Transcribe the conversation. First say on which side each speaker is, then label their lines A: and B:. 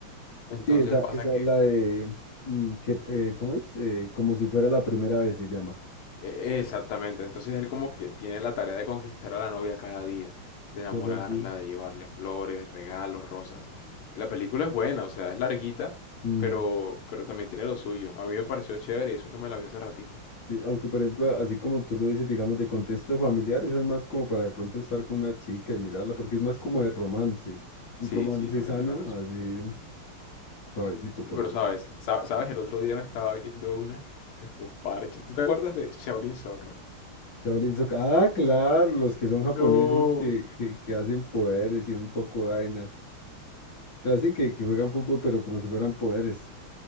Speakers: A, on the left; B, on the left.
A: Entonces
B: sí, esa,
A: pasa
B: esa
A: que...
B: es la de, mm, que, eh, ¿cómo es? Eh, como si fuera la primera vez se llama.
A: E- Exactamente, entonces él como que tiene la tarea de conquistar a la novia cada día, de enamorarla,
B: Solo di-
A: de llevarle flores, regalos, rosas. La película es buena, o sea, es larguita,
B: mm,
A: pero, pero también tiene lo suyo. A mí me pareció chévere y eso que me la vi hace ratico.
B: sí, aunque, por ejemplo, así como tú lo dices, digamos, de contexto familiar, esa es más como para de pronto estar con una chica y mirarla, porque es más como de romance. Un
A: Sí,
B: romance
A: sí, también
B: sano,
A: tiene razón.
B: así suavecito, por
A: Pero
B: decir.
A: sabes, Sa- sabes, el otro día me estaba viendo una que fue un parche. ¿Tú te acuerdas de Shaolin Soccer?
B: Shaolin Soccer. Ah, claro, los que son japoneses
A: No.
B: que, que, que hacen poderes y un poco de vainas. sea, así que, que juegan fútbol, pero como si fueran poderes.